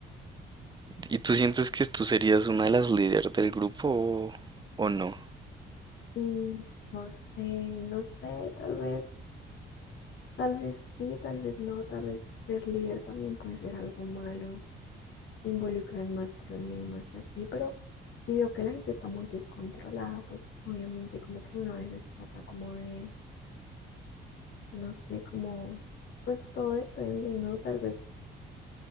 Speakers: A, on the right; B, on the left.
A: Y tú sientes que tú serías una de las líderes del grupo o, o no.
B: Mm, No sé, no sé, tal vez, tal vez sí, tal vez no, tal vez ser líder también puede ser algo malo, involucran más problemas y así, pero si veo que la gente está muy descontrolada, pues obviamente como que uno a veces trata como de no sé, cómo pues todo depende, ¿no? Tal vez,